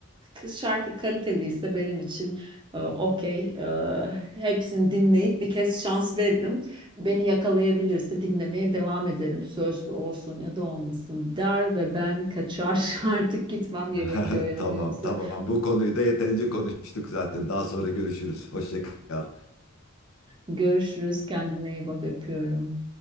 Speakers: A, on the right; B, on the left.
A: Ee, Şarkı kaliteliyse benim için e, okey. Ee, Hepsini dinleyip bir kez şans veririm. Beni yakalayabilirse dinlemeye devam ederim. Sözlü olsun ya da olmasın der ve ben kaçar. <laughs> Artık gitmem gerekiyor
B: <laughs>
A: yani.
B: Tamam
A: Yoksa
B: tamam bu konuyu da yeterince konuştuk zaten. Daha sonra görüşürüz. Hoşça kal.
A: görüşürüz. Kendine iyi bak. Öpüyorum.